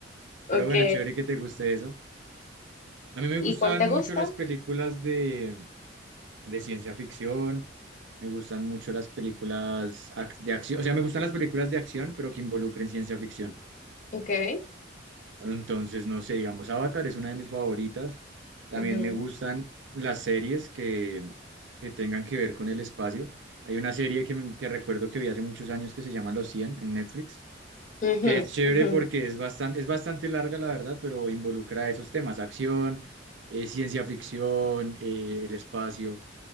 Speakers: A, on the right (about 75°); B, on the left (about 45°).
A: Pero
B: Ok.
A: bueno, chévere que te guste eso. A mí me
B: ¿Y
A: gustan
B: cuál te gusta?
A: mucho las películas de, de ciencia ficción. Me gustan mucho las películas ac- de acción, o sea, me gustan las películas de acción, pero que involucren ciencia ficción.
B: Ok.
A: Entonces, no sé, digamos, Avatar es una de mis favoritas. También
B: Ujú,
A: me gustan las series que, que tengan que ver con el espacio. Hay una serie que, me- que recuerdo que vi hace muchos años que se llama Los cien en Netflix,
B: ujú,
A: que es chévere
B: ujú.
A: porque es bastante, es bastante larga, la verdad, pero involucra esos temas, acción, eh, ciencia ficción, eh, el espacio.